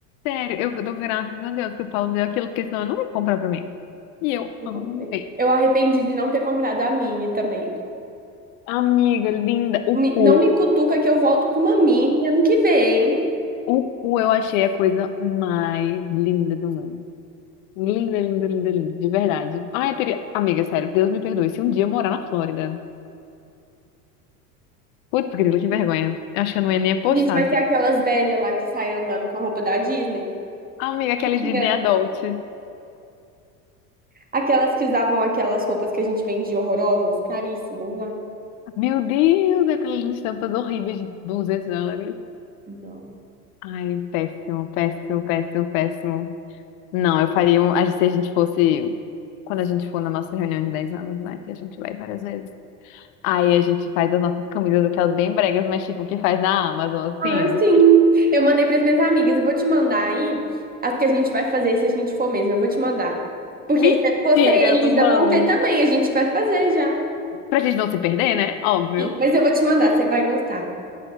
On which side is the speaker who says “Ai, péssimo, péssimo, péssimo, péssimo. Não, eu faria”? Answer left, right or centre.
Left